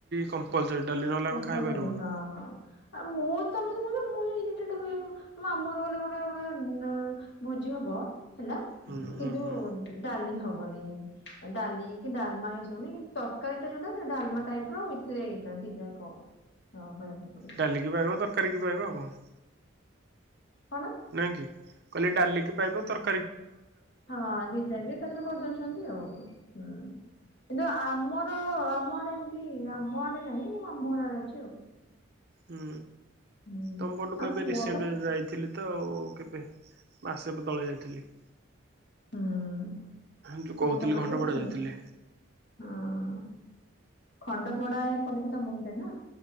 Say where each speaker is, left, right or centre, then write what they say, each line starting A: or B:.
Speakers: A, on the right (about 50°); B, on the left (about 55°).
A: କମ୍ପଲସରିୀ ଡାଲି ନହେଲେ
B: କମ୍ପଲସରି
A: ଆମେ ଖାଇପାରିବୁନ।
B: ହଁ। ଆଉ ମୁଁ ତମେ କହୁଛ ମୁଁ ଇରିଟେଡ ହୁଏ ମାମୁଁ ଘରର ଗଲେ ଗୋଟେ ଗୋଟେ ବୋ ଭୋଜି ହବ ହେଲା
A: ହୁଁ ହୁଁ
B: କିନ୍ତୁ
A: ହୁଁ
B: ଡାଲି ହବନି ଡାଲି କି ଡାମା ଏସବୁନି କିନ୍ତୁ ତରକାରୀ ଟା ଯୋଉଟା ସେ ଡାଲମା ଟାଇପ ର ଉଇ ସେଇଟା ଦିଇଟା କ ବାଳିଆ ପିମ୍ପୁଡି
A: ଡାଲିକି ପାଇବା ତରକାରୀ କି ପାଇବ ଆଉ କଣ
B: ହଁ ନା
A: ନାଇଁ କି କହିଲେ ଡାଲିକି ପାଇବ ତର
B: ହଁ ଦିଇଟା କ ଏକାଥରେ କରିଦଉଛନ୍ତି ଆଉ ହୁଁ କିନ୍ତୁ ଆମର ଆମ ଆଡେ ଏମିତି ଆମ ଆଡେ ନାହିଁ ମୁଁ ମାମୁଁ ଘର ଆଡେ ଅଛି ଆଉ
A: ହୁଁ
B: ହୁଁ
A: ତମପଟକୁ
B: ଆମ
A: ଏବେ
B: ପୁଅ
A: ରିସେଣ୍ଟ
B: ବା
A: ଯାଇଥିଲି ତ ଆଉ ଏବେ ମାସକ ତଳେ ଯାଇଥିଲି।
B: ହୁଁ
A: ଯୋଉ କହୁଥିଲି
B: ତମର
A: ଘଣ୍ଟପଡା
B: କିଏ ଅଛନ୍ତି
A: ଯାଇଥିଲି
B: ହଁ ଖଣ୍ଡ ପଡା ଏପଟେ ବି ତମ ପଟେ ନା